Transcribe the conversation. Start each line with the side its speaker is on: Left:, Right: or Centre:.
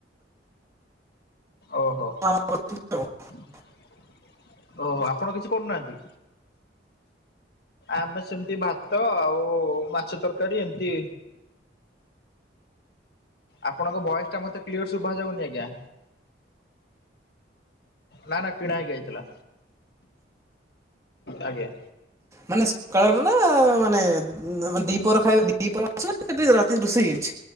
Left: ଓହୋ
Right: <inaudible>
Left: ଓହୋ! ଆପଣ କିଛି କରୁନାହାଁନ୍ତି? ଆମେ ସେମିତି ଭାତ, ଆଉ ମାଛ ତରକାରୀ ଏମତି ଆପଣଙ୍କ ଭଏସ୍ ଟା ମତେ କ୍ଲିୟର୍ ଶୁଭାଯାଉନି ଆଜ୍ଞା। ନା, ନା, କିଣା ହେଇକି ଆଇଥିଲା। ଆଜ୍ଞା।
Right: ମାନେ ସକାଳର ନା ମାନେ, ମାନ୍ ଦିପର ଖାଇ ଦିପର ଅଛି ନା, ଏବେ ସେ ରାତି ରୁଷେଇ ଏଇଛି?